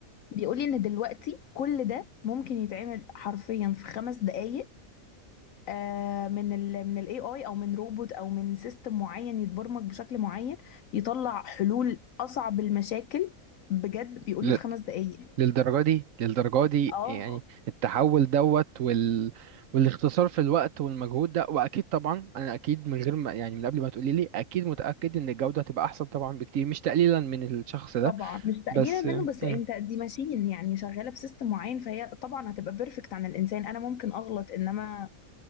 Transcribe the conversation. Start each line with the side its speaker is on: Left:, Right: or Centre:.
Left: بيقول لي ان دلوقتي كل ده ممكن يتعمل حرفيا في خمس دقائق آه، من ال من الاي اي او من روبوت او من سيستم معين يتبرمج بشكل معين يطلع حلول اصعب المشاكل بجد بيقول
Right: ل-
Left: لي في خمس دقائق
Right: للدرجة دي للدرجة دي
Left: اه
Right: يعني التحول دوت وال... والاختصار في الوقت والمجهود ده وأكيد طبعا أنا أكيد من غير ما يعني من قبل ما تقولي لي أكيد متأكد إن الجودة هتبقى أحسن طبعا بكتير مش تقليلا من الشخص ده
Left: طبعا مش تقليلا
Right: بس
Left: منه بس
Right: مم.
Left: انت دي ماشين يعني شغاله بسيستم معين فهي طبعا هتبقى بيرفكت عن الانسان انا ممكن اغلط انما